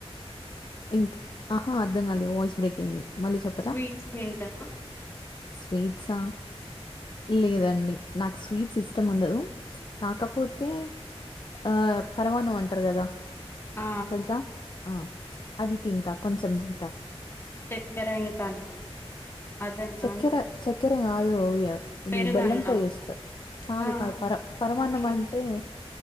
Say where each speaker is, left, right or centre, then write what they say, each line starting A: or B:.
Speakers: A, on the left; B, on the left.
A: ఇం ఆహా అర్థం కాలే వాయిస్ బ్రేక్ అయింది మళ్ళీ చెప్పరా?
B: స్వీట్స్ దింటారా
A: స్వీట్సా
B: మ్మ్.
A: లేదండి నాకు స్వీట్ ఇస్టమ్ ఉండదు కాకపోతే ఆ పరవణ్ణం అంటారు కదా
B: ఆ
A: తెలుసా ఆ అది తింటా కొంచెం తింటా
B: చక్కెర ఇంకా అన్నం అదేనా
A: చక్కెర
B: అండి
A: చక్కెరె కాదు ఇది
B: పెరుగన్నం
A: బెల్లంతో చేస్త కాదు
B: ఆ
A: కాదు పర పరమాన్నం
B: ఓకే
A: అంటే